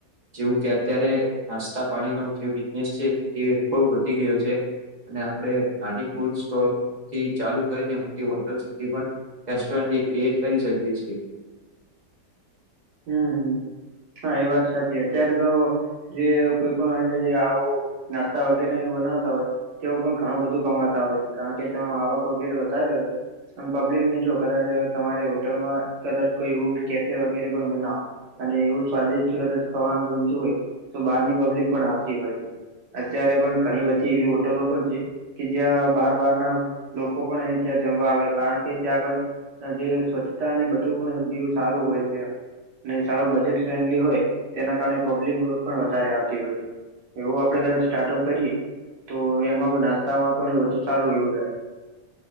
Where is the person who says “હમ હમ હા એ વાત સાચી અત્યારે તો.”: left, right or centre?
Right